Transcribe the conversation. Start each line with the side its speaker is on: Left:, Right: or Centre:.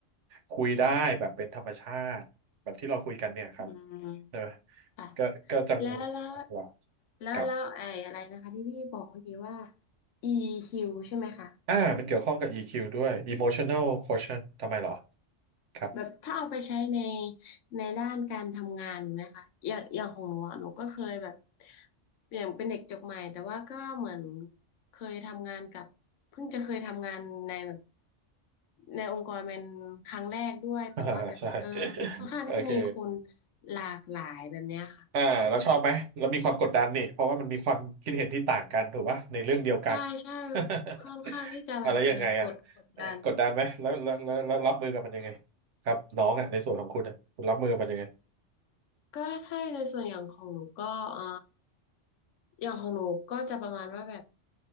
Right: คุยได้แบบเป็นธรรมชาติแบบที่เราคุยกันเนี่ยครับ
Left: อืม
Right: ใช่ไหม
Left: อ่ะ
Right: ก็ก็จัง
Left: แล้วแล้ว
Right: หวะ
Left: แล้วแล้วไอ้อะไรนะคะที่พี่บอกเมื่อกี้ว่า
Right: ครับ
Left: EQ ใช่ไหมคะ
Right: อ่ามันเกี่ยวข้องกับ e วด้วย Emotional Quotient ทำไมเหรอครับ
Left: แบบถ้าเอาไปใช้ในในด้านการทำงานนะคะอย่างอย่างของหนูอะหนูก็เคยแบบอย่างเป็นเด็กจบใหม่แต่ว่าก็เหมือนเคยทำงานกับเพิ่งจะเคยทำงานในแบบในองค์กรเป็นครั้งแรกด้วยแต่ว่าแบบเออค่อนข้างที่จะมีคน
Right: <laughs> ใช่โอเค
Left: หลากหลายแบบเนี้ยค่ะ
Right: อ่าเราชอบไหมเรามีความกดดันนี่เพราะว่ามันมีความคิดเห็นที่ต่างกันถูกปะในเรื่องเดียวกัน
Left: ใช่ใช่
Right: <laughs>
Left: ค่อนข้างที่จะแบบเออกดกดดัน
Right: อะไรยังไงอ่ะเอ่อกดดันไหมแล้วแล้วแล้วแล้วรับมือกับมันยังไงครับน้องอ่ะในส่วนของคุณอ่ะคุณรับมือกับมันยังไง
Left: ก็ถ้าในส่วนอย่างของหนูก็เอ่ออย่างของหนูก็จะประมาณว่าแบบ